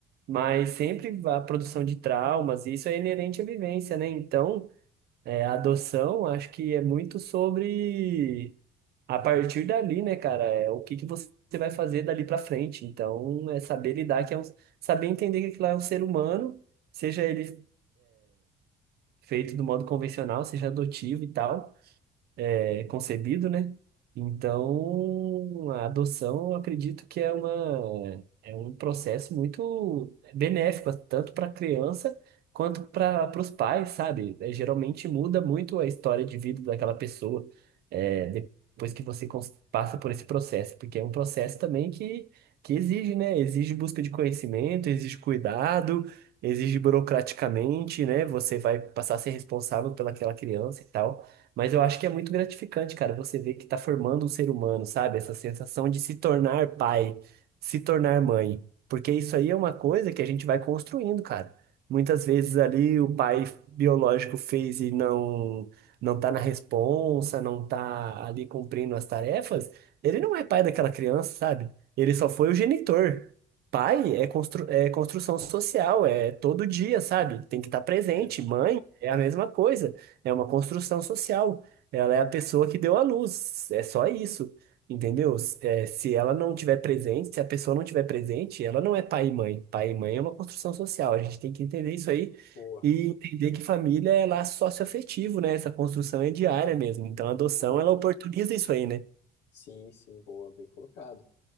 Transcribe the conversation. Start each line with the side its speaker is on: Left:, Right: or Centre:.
Right: mas sempre a produção de traumas, e isso é inerente à vivência, né? Então, é, a adoção, acho que é muito sobre a partir dali, né, cara, é o que que você vai fazer dali pra frente. Então, é saber lidar, que é um, saber entender que aquilo lá é um ser humano, seja ele feito do modo convencional, seja adotivo e tal. é, concebido, né? Então, a adoção, eu acredito que é uma, é um processo muito benéfico, tanto para a criança quanto para os pais, sabe? É, geralmente muda muito a história de vida daquela pessoa, é, depois que você cons- passa por esse processo, porque é um processo também que, que exige, né? Exige busca de conhecimento, exige cuidado, exige burocraticamente, né? Você vai passar a ser responsável pelaquela criança e tal. Mas eu acho que é muito gratificante, cara, você ver que tá formando um ser humano, sabe? Essa sensação de se tornar pai, se tornar mãe. Porque isso aí é uma coisa que a gente vai construindo, cara. Muitas vezes ali o pai biológico fez e não não tá na responsa, não tá ali cumprindo as tarefas, ele não é pai daquela criança, sabe? Ele só
Left: Sim,
Right: foi o genitor. Pai é, constru é construção social, é todo dia, sabe? Tem que estar presente.
Left: exato.
Right: Mãe é a mesma coisa. É uma construção social. Ela é a pessoa que deu à luz. É só isso. Entendeu? É, se ela não tiver presente, se a pessoa não tiver presente, ela não é pai e mãe. Pai e mãe é uma construção social. A gente tem que entender isso aí
Left: Boa,
Right: e entender que família é laço socioafetivo, né? Essa construção é diária mesmo. Então, a adoção,
Left: boa.
Right: ela oportuniza isso aí, né?
Left: Sim, sim, boa, bem colocado.